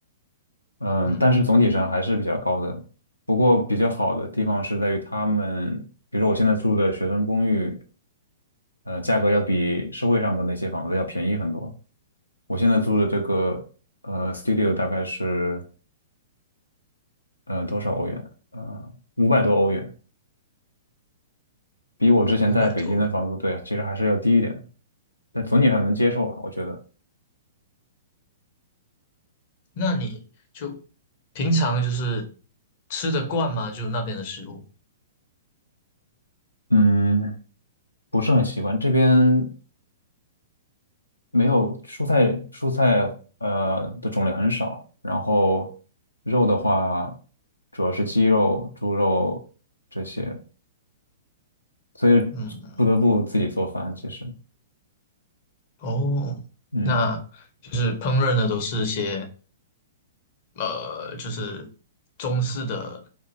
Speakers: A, on the left (about 80°); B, on the left (about 40°).
A: 嗯，
B: 嗯，
A: 但是总体上还是比较高的。不过比较好的地方是在于他们，比如说我现在住的学生公寓，呃，价格要比社会上的那些房子要便宜很多。我现在租的这个呃 studio 大概是呃多少欧元？呃，五百多欧元，比我之前在北京的房租对啊，
B: 五百多
A: 其实还是要低一点，但总体上能接受吧，我觉得。
B: 那你就平常就是吃得惯吗？就那边的食物？
A: 嗯，不是很习惯这边，没有蔬菜，蔬菜呃的种类很少，然后肉的话主要是鸡肉、猪肉这些，所以不得不自己做饭。
B: 嗯，
A: 其实，
B: 哦，
A: 嗯，
B: 那就是烹饪的都是一些呃，就是中式的